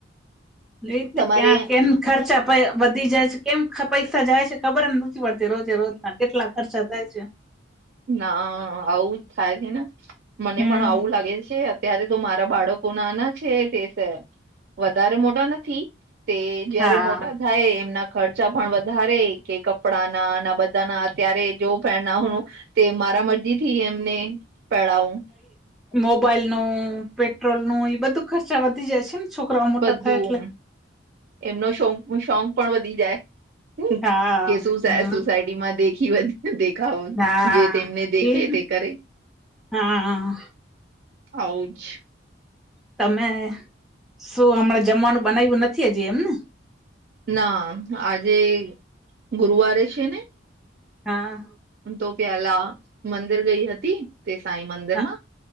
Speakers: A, in the centre; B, on the right (about 55°).
A: નને
B: તમારે
A: ક્યાં કેમ ખર્ચા <unintelligible> વધી જાય છે કેમ પૈસા જાય છે ખબર નથી પડતી રોજે રોજ ના કેટલા ખર્ચા થાય છે
B: ના આવું જ થાય છે ને મને
A: હમ
B: પણ આવું લાગે છે અ ત્યારે તો મારા બાળકો નાના છે તે વધારે મોટા નથી તે જયારે
A: હા
B: મોટા થાય એમના ખર્ચા પણ વધારે કે કપડા ના ના બધાના અત્યારે જો પે ના હ તે મારા મરજી થી એમને પહેડાવું
A: મોબાઈલ નું પેટ્રોલ નું એ બધું ખર્ચા વધી જાય છે ને છોકરાઓ મોટા
B: બધું
A: થાય એટલે
B: એમનો શોક શોક પણ વધી જાય
A: હા
B: કે શું
A: હમ
B: સોસાયટી માં દેખી બધી સ્ત્રીઓ મ <unintelligible> દેખાવો
A: હા
B: જે તેમને દેખે
A: એજ ને.
B: તે કરે
A: હા
B: આવ જ
A: તમે શું હમણાં જમવાનું બનાવ્યું નથી હજી એમ ને
B: ના આજે ગુરુવારે છે ને
A: હા
B: તો પેલા મંદિર ગઈ હતી તે સાઈ મંદિરમાં
A: હા